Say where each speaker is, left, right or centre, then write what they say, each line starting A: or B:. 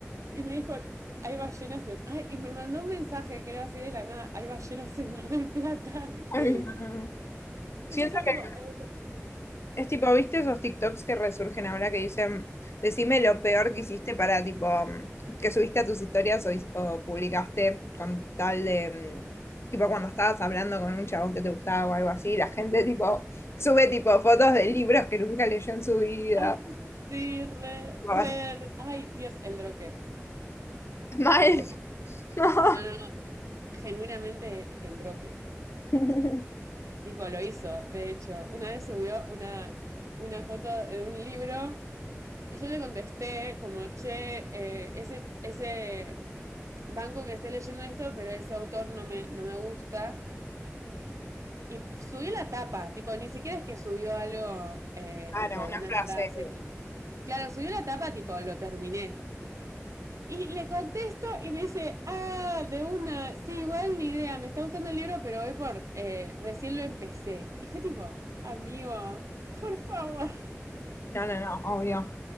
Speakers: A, on the right; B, on the left.
A: Y me dijo, hay ballenas en... Ay, y me mandó un mensaje, creo así de la nada, hay ballenas en Mar del Plata.
B: Ay,
A: <laughs>
B: Mm,
A: Y
B: Siento
A: yo estaba
B: que
A: tipo, eh,
B: es tipo, ¿viste esos TikToks que resurgen ahora que dicen, decime lo peor que hiciste para tipo, mm, que subiste a tus historias o, his- o publicaste con tal de, mm, tipo, cuando estabas hablando con un chabón que te gustaba o algo así, la gente tipo, sube tipo fotos de libros que nunca leyó en su vida.
A: ay, sí, re,
B: Ay,
A: re, re. Ay, Dios, el droque,
B: Mal.
A: el droque.
B: <laughs>
A: No, no, no, genuinamente el droque.
B: no.
A: Tipo, lo hizo, de hecho. Una vez subió una, una foto de un libro y yo le contesté como, che, eh, ese, ese banco que esté leyendo esto, pero ese autor no me, no me gusta. Y subió la tapa, tipo, ni siquiera es que subió algo, eh,
B: Claro,
A: tipo,
B: una
A: una
B: frase.
A: frase que... Claro, subió la tapa, tipo, lo terminé. Y le contesto y me dice, ah, de una, sí, igual ni idea, me está gustando el libro, pero hoy por, eh, recién lo empecé. Y fue tipo, amigo, por favor.
B: No, no, no, obvio.